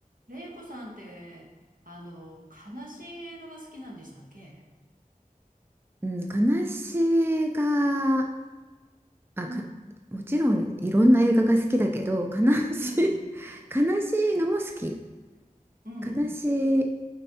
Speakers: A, on the right; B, on the right.
A: れいこさんって、あの、悲しい映画が好きなんでしたっけ
B: うん、悲しい映画、あ、
A: うん、
B: か、もちろんいろんな映画が好きだけど、悲しい、
A: うん、うん、
B: <laughs> 悲しいのも好き。
A: うん、うん。
B: 悲しい